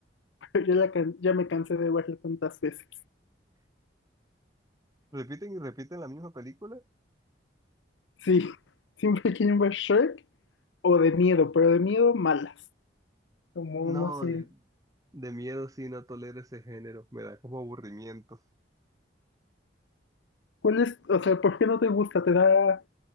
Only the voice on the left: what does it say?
<laughs> pero ya, la can- ya me cansé de verla tantas veces.
Sí, <laughs> siempre quieren ver Shrek o de miedo, pero de miedo malas. Como,
no sé.
¿Cuál es, o sea, por qué no te gusta? ¿Te da,